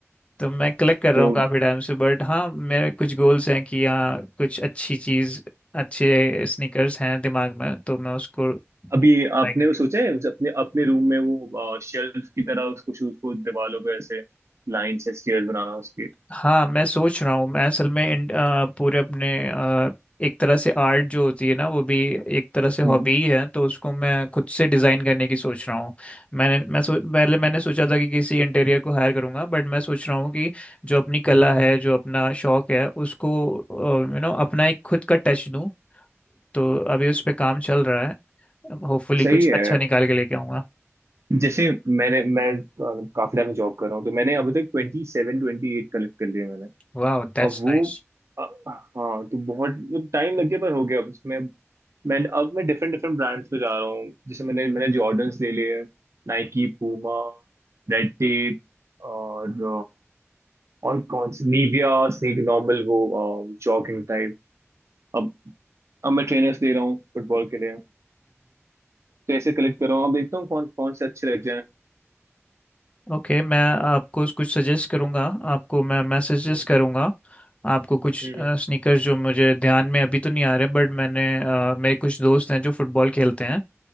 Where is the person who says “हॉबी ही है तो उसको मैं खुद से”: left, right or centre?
Left